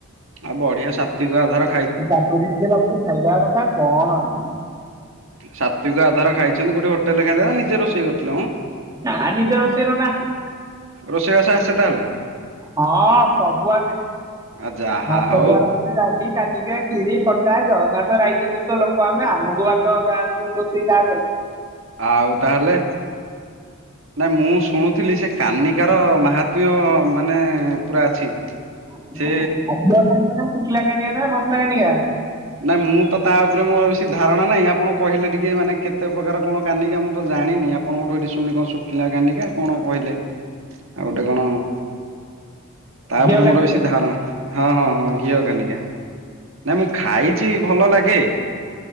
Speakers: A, on the right; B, on the right.
A: ଆଉ ବଢିଆ ସାତ୍ତ୍ୱିକ ଆଧାର।
B: ଆଉ କାକୁଡି ଟିକେ ଲଗେଇକି ଖାଇଦେବା କଥା କଣ <inaudible>
A: ସାତ୍ତ୍ୱିକ ଆଧାର ଖାଇଛନ୍ତି କୋଉଠି ହୋଟେଲ୍ ରେ ଖାଇଲେ ନା ନିଜେ ରୋଷେଇ କରିଥିଲେ ମୋ?
B: ନା ନିଜ ରୋଷେଇ ନନା।
A: ରୋଷେଇବାସ ଆସେ ତାହେଲେ?
B: ହଁ ସବୁ ଆସେ,
A: ଆ ଯାହା
B: ଭାତ
A: ହଉ
B: ଠୁ ଆରମ୍ଭ କରିକି ଡାଲି, କାନିକା, ଖିରି, ଖଟା ଜଗନ୍ନାଥ ରାଇଜ ଦେଶ ଲୋକ ଆମେ, ଆମକୁ ଭାତ ଏକା ଆସିବନି, ରୋଷେଇ କାହାକୁ ଆସିବ।
A: ଆଉ ତାହେଲେ। ନାଇଁ ମୁଁ ଶୁଣୁଥିଲି ସେ କାନିକାର ମହାତ୍ମ୍ୟ ମାନେ ପୁରା ଅଛି।
B: ଆ,
A: ସେ
B: ଘିଅ କାନିକ ନା, ଶୁଖିଲା କାନିକା ନା, ମସଲା କାନିକା?
A: ନାଇଁ ମୁଁ ତ ତା ଉପରେ ମୋର ବେଶି ଧାରଣା ନାହିଁ, ଆପଣ କହିଲେ ଟିକେ ମାନେ କେତେ ପ୍ରକାର କଣ କାନିିକା? ମୁଁ ତ ଜାଣିନି, ଆ ଆପଣଙ୍କ ଠୁ ଏଇଠି ଶୁଣିଲି କଣ ଶୁକିଲା କାନିକା କଣ କହିଲେ? ଆଉ ଗୋଟେ କଣ, ତା
B: ଘିଅ
A: ଉପରେ ମୋର
B: କାନିକା
A: ବେଶୀ ଧାରଣା ହଁ, ହଁ, ହଁ ଘିଅ କାନିକା, ନାଇଁ ମୁଁ ଖାଇଚି ଭଲ ଲାଗେ।